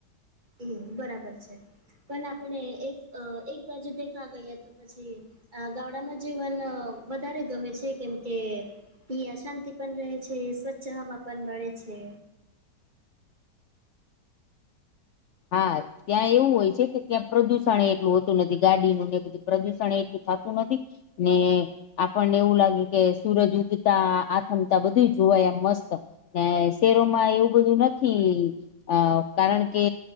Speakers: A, on the right; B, on the left.
A: હમ બરાબર છે, પણ આપણે એક અ એક બાજુ દેખા ગયા તો પછી આ ગામડામાં જીવન વધારે ગમે છે, કેમ કે ઇયા શાંતિ પણ રહે છે, સ્વચ્છ હવા પણ મળે છે.
B: હા. ત્યાં એવું હોય છે, કે ત્યાં પ્રદુષણ એટલું હોતું નથી ગાડીનું ને બધું પ્રદુષણ એટલું થાતું નથી. ને આપણને એવું લાગે કે સુરજ ઉગતા આથમતા બધું જોવાય એમ મસ્ત ને શેહરોમાં એવું બધું નથી અ કારણ કે